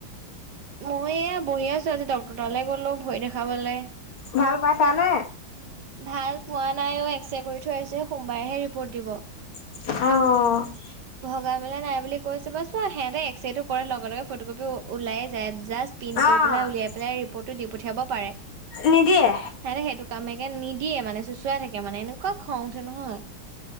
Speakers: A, on the right; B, on the left.
A: মই এয়া বহি আছোঁ, আজি ডক্তৰৰ তালৈ গ'লো ভৰি দেখাবলে।
B: ভাল পাইছা নে?
A: ভাল পোৱা নাই অও এক্স ৰে কৰি থৈ আহিছে। সোমবাৰেহে ৰিপৰ্ট দিব।
B: অহ'
A: ধোৱা মেলা নাই বুলি কৈছোঁ। কৈছোঁ সিহঁতে এক্স ৰেটো কৰে লগে লগে ফটকপি ওলাইে যায় জাষ্ট। পিন
B: অ'
A: কৰি পেলাই উলিয়াই পেলাই ৰিপৰ্টটো দি পঠিয়াব পাৰে।
B: নিদিয়ে।
A: সিহঁতে সেইটো কামেকে নিদিয়ে মানে চুচুৱাই থাকে মানে এনেকুৱা খং উঠে নহয়।